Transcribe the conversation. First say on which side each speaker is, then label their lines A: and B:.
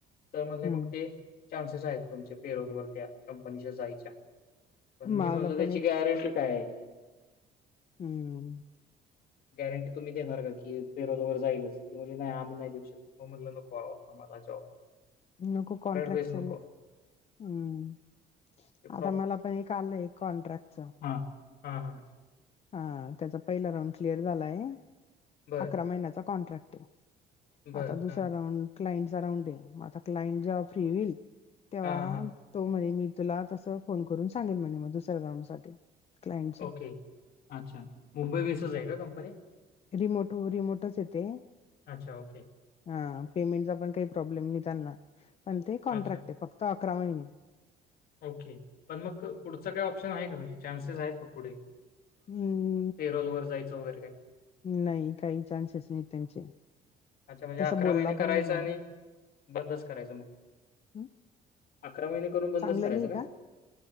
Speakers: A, on the left; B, on the left.
A: तर म्हणले
B: हम्म
A: मग ते चान्सेस आहेत तुमचे पॅरोल वरती कंपनीच्या जायच्या पण मी
B: मला
A: म्हणल त्याची
B: पण एक
A: गॅरंटी काय आहे?
B: हम्म.
A: गॅरंटी तुम्ही देणार का की पेरोल वर जाईलच ती म्हणली नाही आम्ही नाही देऊ शकत. म म्हणल नको आओ आम्हाला जॉब
B: नको कॉन्ट्रॅक्ट
A: बेस
B: च
A: नको
B: आणि हम्म
A: ते
B: आता मला पण एक आलंय एक कॉन्ट्रॅक्टच
A: हा हा हा
B: हा त्याचा पहिला राऊंड क्लिअर झालाय
A: बर
B: अकरा महिन्याचा कॉन्ट्रॅक्ट ये.
A: बर
B: आता दुसरा
A: हां
B: राऊंड क्लायंटचा राऊंड ये आता क्लायंट जेव्हा फ्री होईल तेव्हा
A: हां हां
B: तो म्हणे मी तुला तस फोन करून सांगेल म्हणे मग दुसऱ्या राउंड साठी क्लायंटच्या
A: ओके अच्छा मुंबई बेसच आहे का कंपनी
B: रिमोट <inaudible> रिमोटच येते
A: अच्छा ओके.
B: हा पेमेंटचा पण काही प्रॉब्लेम नाही त्यांना पण ते कॉन्ट्रॅक्ट
A: अच्छा
B: आहे फक्त अकरा महिने
A: ओके पण मग पुढचा काय ऑप्शन आहे का म्हणजे चान्सेस आहेत का पुढे
B: हम्म
A: पेरोल वर जायचं वगैरे काय?
B: नाही काही चान्सेस नाही त्यांचे.
A: अच्छा म्हणजे
B: तसं
A: अकरा
B: बोलला
A: महिने करायचं
B: पण नाही मला
A: आणि बंदच करायचं मग
B: हं,
A: अकरा महिने करून बंदच
B: चांगलं
A: करायचं
B: नाही का